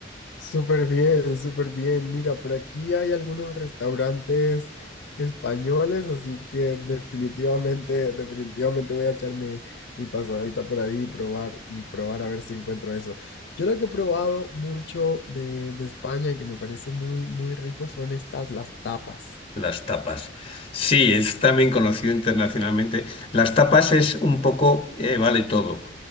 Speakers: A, on the left (about 60°); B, on the left (about 30°).
A: Súper bien, súper bien. Mira, por aquí hay algunos restaurantes españoles, así que definitivamente, definitivamente voy a echarme mi pasadita por ahí y probar y probar a ver si encuentro eso. Yo lo que he probado mucho de, de España y que me parece muy, muy rico son estas, las tapas.
B: Las tapas. Sí, es también conocido internacionalmente. Las tapas es un poco, eh, vale todo.